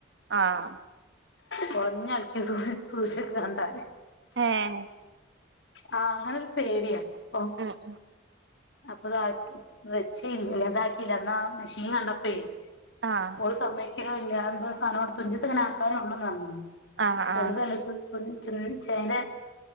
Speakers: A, on the right; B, on the left.
A: ആഹ
B: കൊയ്ഞ്ഞളകും സൂജിക്കെണെ കണ്ടാല്.
A: ഹെഹ
B: ആഹ അങ്ങനെരു പേടിയാ ഓ
A: ഉം ഉം
B: അപ്പൊ ത് വെച്ചതാക്കിയില്ല അന്നാ മെഷീൻ കണ്ടപ്പോേ
A: ആഹ്
B: ഓള് സമ്മയ്ക്കുണുല്ല എന്തോ സാനം തുഞ്ചിത്ത് ങ്ങനെ ആക്കാനേ ഉള്ളൂ എന്ന്
A: ആഹ്
B: ചെറുതാണ്ിചുൽ
A: ആഹ്
B: ചുൽ ചുൽ ചേന.